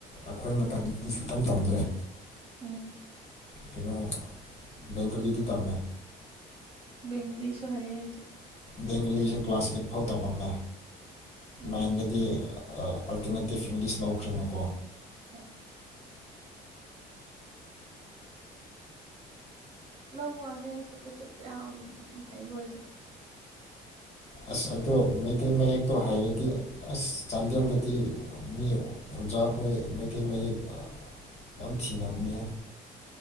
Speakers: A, on the left (about 40°); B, on the right (about 35°).
A: ꯑꯩꯈꯣꯏ ꯃꯇꯝꯗꯤ ꯁꯨꯛꯇꯝ ꯇꯝꯗ꯭ꯔꯦ꯫
B: ꯎꯝ꯫
A: ꯀꯩꯅꯣ ꯕꯦꯡꯒꯂꯤꯗꯤ ꯇꯝꯃꯦ꯫
B: ꯕꯦꯡꯂꯤꯁꯨ ꯍꯌꯦ ꯑꯩꯗꯤ꯫
A: ꯕꯦꯡꯒꯂꯤꯁ ꯀ꯭ꯂꯥꯁ ꯑꯩꯠ ꯐꯥꯎ ꯇꯝꯃꯝꯃꯦ꯫
B: ꯎꯝ
A: ꯃꯥꯏꯟꯗꯗꯤ ꯑꯜꯇꯔꯅꯦꯇꯤꯞ ꯏꯪꯂꯤꯁ ꯂꯧꯈ꯭ꯔꯦꯅꯀꯣ꯫
B: ꯍꯣꯏ꯫ ꯂꯧꯕ ꯋꯥꯅꯦ ꯑꯩꯁꯨ ꯀꯩꯁꯨ ꯀꯌꯥꯝ ꯍꯩꯕ ꯑꯣꯏꯗ꯭ꯔꯦ꯫
A: ꯑꯁ ꯑꯗꯣ ꯃꯩꯇꯩ ꯃꯌꯦꯛꯇꯣ ꯍꯩꯔꯗꯤ ꯑꯁ ꯆꯥꯟꯗꯦꯜꯗꯗꯤ ꯃꯤ ꯑꯣꯖꯥꯈꯣꯏ ꯃꯩꯇꯩ ꯃꯌꯦꯛ ꯌꯥꯝ ꯊꯤꯅꯕꯅꯤ ꯍꯥꯏ꯫